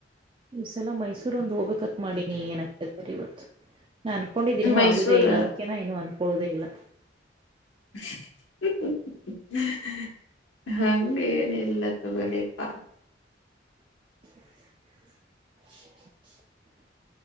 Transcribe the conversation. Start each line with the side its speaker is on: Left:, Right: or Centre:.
Right: ಈ ಸಲ ಮೈಸೂರ ಒಂದ್ ಹೋಗ್ಬೇಕತ್ ಮಾಡಿನಿ ಏನತಾರೆ ಇವತ್ತು. ನಾ ಅನ್ಕೊಂಡಿದ್ದೇನನು
Left: ಮೈಸೂರ
Right: ಆಗುದೇ ಇಲ್ಲ ಅದಕ್ಕೆ ನ ಏನುೂ ಅನ್ಕೊಳ್ಳುದೇ ಇಲ್ಲ.
Left: <unintelligible> ಇಲ್ಲಾ ತಗೋಲೆ ಪಾ.
Right: <inaudible>